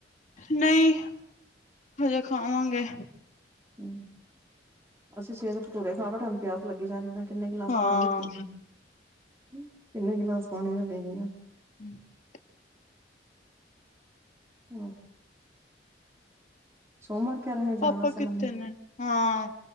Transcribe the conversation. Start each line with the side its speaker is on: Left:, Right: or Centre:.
Left: ਨਹੀਂ ਹਜੇ ਖਾਵਾਂਗੇ
Right: ਹਮ ਅਸੀਂ ਸਵੇਰੇ ਭਟੂਰੇ ਖਾ ਬੈਠੇ ਆ ਹੁਨ ਪਿਆਸ ਲੱਗੀ ਜਾ ਰਹੀ ਕਿੰਨੇ ਗਿਲਾਸ
Left: ਹਾਂ
Right: ਪਾਣੀ ਦੇ ਪੀ ਗਈ ਕਿੰਨੇ ਗਿਲਾਸ ਪਾਣੀ ਦੇ ਪੀ ਗਈਆਂ
Left: <unintelligible>
Right: <unintelligible> ਸੋਮਵਾਰ ਕਹਿ ਰੇ ਨੇ ਜਾਣ
Left: ਪਾਪਾ
Right: ਵਾਸਤੇ
Left: ਕਿੱਥੇ
Right: ਮੰਮੀ।
Left: ਨੇ ਹਾਂ